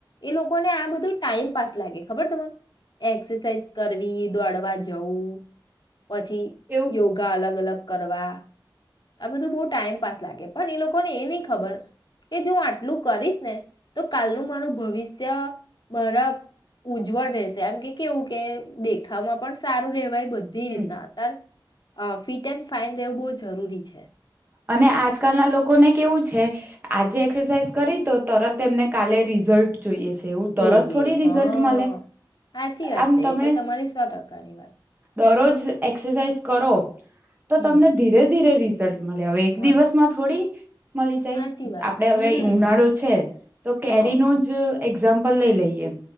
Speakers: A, on the left; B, on the right.
A: એ લોકોને આ બધું ટાઈમ પાસ લાગે, ખબર તને એક્સરસાઇઝ કરવી. દોડવા જવું. પછી
B: એવું
A: યોગા અલગ અલગ કરવા આ બધું બહુ ટાઈમપસ લાગે પણ એ લોકોને એ નહી ખબર કે જો હું આટલું કરીશ ને તો કાલનું મારું ભવિષ્ય મારા ઉજ્જવળ રહેશે આમ કે કેવું કે દેખામાં પણ સારું રહેવાય. બધી
B: હમ
A: રીતના અતાર. અ ફિટ એન્ડ ફાાઈન રહેવું બહુ જરૂરી છે.
B: અને આજકાલના લોકોને કેવું છે આજે એક્સરસાઇઝ કરી તો તરત એમને કાલે રિઝલ્ટ જોઈએ છે. એવું
A: જોઈએ
B: તરત થોડી રિઝલ્ટ
A: હા
B: મળે.
A: સાચી વાત
B: આમ
A: છે
B: તમે
A: એ તો તમારી સો ટકાની વાત
B: દરોજ એક્સરસાઇઝ કરો તો
A: હમ
B: તમને ધીરે ધીરે રી મળ હવે એક
A: મળે
B: દિવસ માં થોડી મળી જાય
A: સાચી વાત
B: આપડે
A: હમ
B: હવે ઉનાળો છે તો કેરી
A: હા
B: નો જ એક્ઝામ્પલ લઈ લઈએ.